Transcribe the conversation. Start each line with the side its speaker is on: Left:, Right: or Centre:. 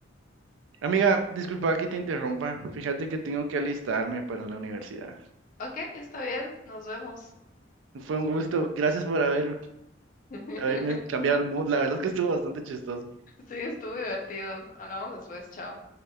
Right: Amiga, disculpa que te interrumpa. Fíjate que tengo que alistarme para la universidad.
Left: Ok, está bien, nos vemos.
Right: Fue un gusto. Gracias por haber,
Left: <laughs>
Right: haberme cambiado el mood. La verdad es que estuvo bastante chistoso.
Left: Sí, estuvo divertido. Hablamos después, chao.